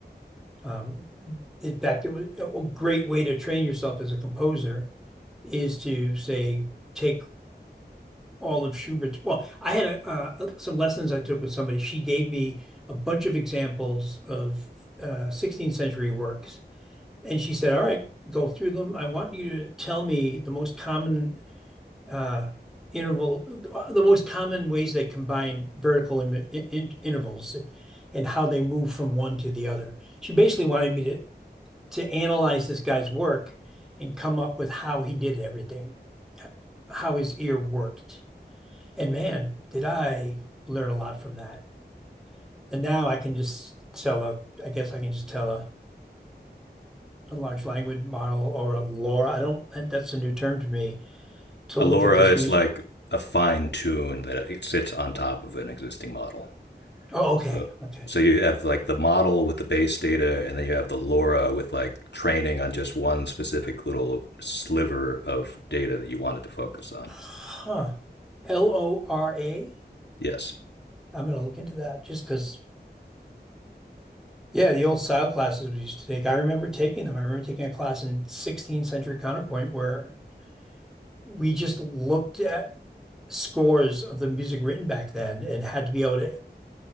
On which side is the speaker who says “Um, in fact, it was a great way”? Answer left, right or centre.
Centre